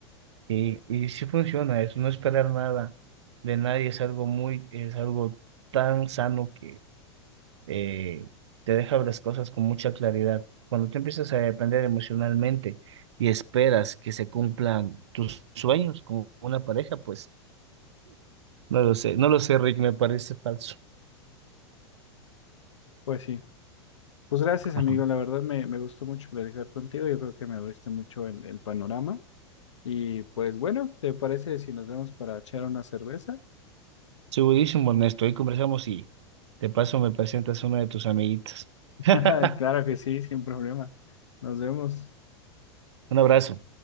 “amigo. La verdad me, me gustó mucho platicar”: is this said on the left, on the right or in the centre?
Left